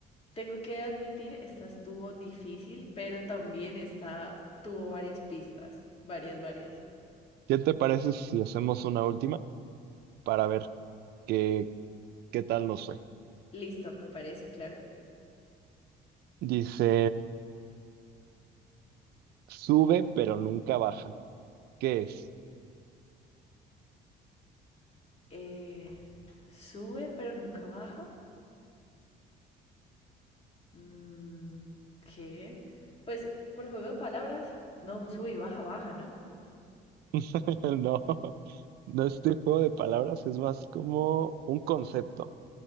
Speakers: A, on the left (about 35°); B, on the right (about 70°).
A: Tengo que admitir, esta estuvo difícil, pero también esta tuvo varias pistas, varias, varias.
B: ¿Qué te parece si hacemos una última para ver qué, qué tal nos fue?
A: Listo, me parece, claro.
B: Dice... Sube, pero nunca baja. ¿Qué es?
A: Eh, sube, pero nunca baja. Mm, ¿qué? Pues por juego de palabras, no, un sube y baja, baja, ¿no?
B: <laughs> No, no es de juego de palabras, es más como un concepto.